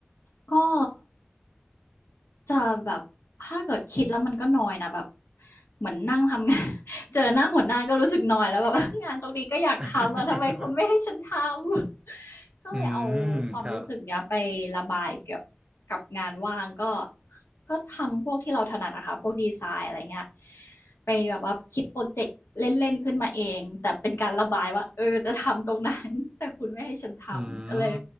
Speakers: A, on the left (about 80°); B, on the right (about 20°).
A: ก็ จะแบบถ้าเกิดคิดแล้วมันก็นอยนะแบบเหมือนนั่งทำงาน <laughs> เจอหน้าหัวหน้าก็รู้สึกนอยแล้วแบบ <laughs> งานตรงนี้ก็อยากทำอะทำไมคุณไม่ให้ฉันท
B: <laughs>
A: ำ <laughs> ก็เลยเอาความรู้สึกเนี้ยไประบายกับกับงานว่างก็
B: อืมครับ
A: ก็ทำพวกที่เราถนัดอะค่ะพวกดีไซน์อะไรเงี้ยไปแบบว่าคิดโปรเจกต์เล่นๆขึ้นมาเองแต่เป็นการระบายว่าเออจะทำตรงนั้น <laughs> แต่คุณไม่ให้ฉันทำก็เลย
B: อืม